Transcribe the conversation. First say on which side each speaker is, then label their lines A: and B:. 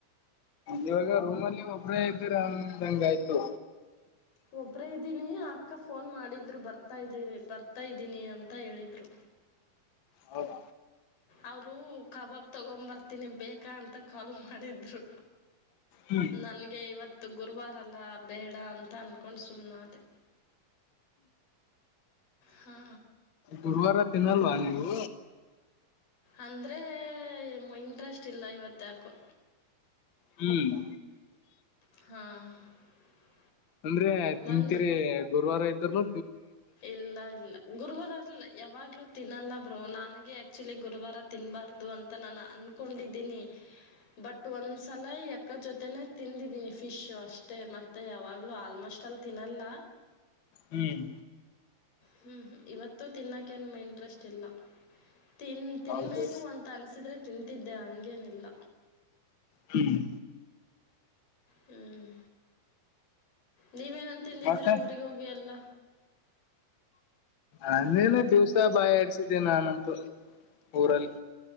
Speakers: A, on the left (about 55°); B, on the left (about 85°).
A: ಇವಾಗ ರೂಮ್ಲ್ಲಿ ಒಬರೇ ಇದ್ದೀರಂಗಯ್ತು
B: ಒಬ್ಬರೇ ಇದ್ದೀನಿ ಅಕ್ಕ ಫೋನ್ ಮಾಡಿದ್ರು ಬರ್ತಾ್ದೀರಿ ಬರ್ತಾ ಇದ್ದೀನಿ ಅಂತ ಹೇಳಿದ್ರು.
A: ಹೌದ
B: ಅವರುೂ ಕಬಾಬ್ ತಗೊಂಡ ಬರ್ತೀನಿ ಬೇಕಾ ಅಂತ ಕಾಲ್ ಮಾಡಿದ್ರು.
A: ಹ್ಮ್
B: ನನ್ಗೆ ಇವತ್ತು ಗುರುವಾರಲ್ಲ. ಬೇಡ ಅಂತ ಅಂದಕೊಂಡು ಸುಮ್ಮ್ನೆದೆ. ಹಾ
A: ಗುರುವಾರ ತಿನಲ್ವಾ ನೀವು.
B: ಅಂದರೆ ಇಂಟ್ರೆಸ್ಟ್ ಇಲ್ಲ ಇವತ್ತ ಯಾಕೋ.
A: ಹ್ಮ್
B: ಹಾಂ
A: ಅಂದ್ರೆ ತಿಂತೀರಿ
B: ಮೊನ್ನೆ
A: ಗುರುವಾರ ಇದ್ದ್ರನು.
B: ಇಲ್ಲ ಇಲ್ಲ ಗುರುವರುವಾರ ಅರ್ಲ್ಲ ಯಾವಾಗಲೂ ತಿನ್ನಲ್ಲ ಬ್ರೋ ನನಗೆ ಆ್ಯಕ್ಚುಲಿ ಗುರುವಾರ ತಿನ್ನಬಾರ್ದು ಅಂತ ನಾನು ಅಂದ್ಕೊಂಡಿದ್ದೀನಿ. ಬಟ್ ಒಂ ಸಲ ಎಕ್ಕ ಜೊತೆನೆೇ ತಿಂದಿದೀನಿ ಫಿಶ್ ಅಷ್ಟೇ ಮತ್ತೆ ಯಾವಾಗ್ಲೂ ಆಲ್ಮೋಸ್ಟ್ ಆಲ್ ತಿನ್ನಲ್ಲ.
A: ಹ್ಮ್
B: ಹ್ಮ್ ಇವತ್ತು ತಿನ್ನಕೆನುಮ ಇಂಟ್ರೆಸ್ಟ್ ಇಲ್ಲ. ತಿನ್ ತಿನ್ಬೇಕು
A: ಹೌದು
B: ಅಂತ ಅನ್ಸಿದ್ರೆ ತಿಂತಿದ್ದೆ ಹಂಗೇನೀಲ್ಲ
A: ಹ್ಮ್
B: ಹ್ಮ್ ನೀವೇನನ್ ತಿಂದಿದ್ದೀರಾ
A: ಮತ್ತೆ
B: ಊರಿಗೆ ಹೋಗಿ ಎಲ್ಲ.
A: ನನ್ನೇನು ದಿವ್ಸ ಬಾಯ ಆಡ್ಸಿದ್ದೆ ನಾನಂತೂ ಊರಲ್ಲಿ.